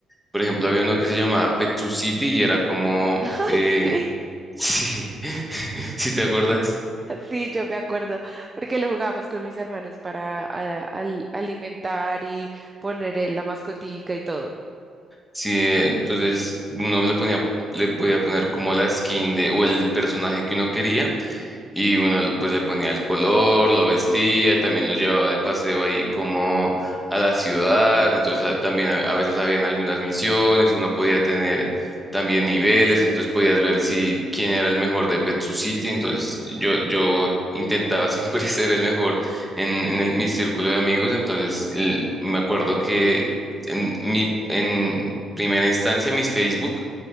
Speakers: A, in the centre; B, on the right.
A: por ejemplo, había uno que se llamaba Petsu City y era como,
B: <laughs> Ay,
A: eh,
B: sí,
A: <laughs> sí, <laughs> si te acuerdas?
B: sí, yo me acuerdo, porque lo jugamos con mis hermanos para a- al- alimentar y poner en la mascotica y todo.
A: Sí, eh, entonces uno le ponía, le podía poner como la skin de, o el personaje que uno quería Y uno l- pues le ponía el color, lo vestía, también lo llevaba de paseo ahí como a la ciudad, entonces a- también a, a veces habían algunas misiones, uno podía tener también niveles, entonces podías ver si quién era el mejor de Petsu City entonces yo, yo intentaba <laughs> siempre ser el mejor en, en el- mi círculo de amigos, entonces el- me acuerdo que en mi, en primera instancia mis Facebook